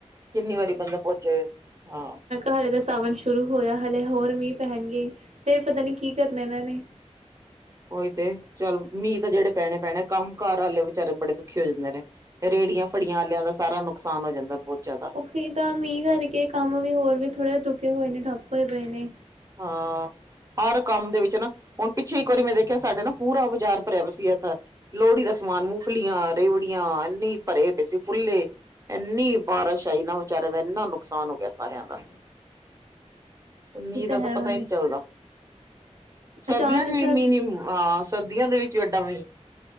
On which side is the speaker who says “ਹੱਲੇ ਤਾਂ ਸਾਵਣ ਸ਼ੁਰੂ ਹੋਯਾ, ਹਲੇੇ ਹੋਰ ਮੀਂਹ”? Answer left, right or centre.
Right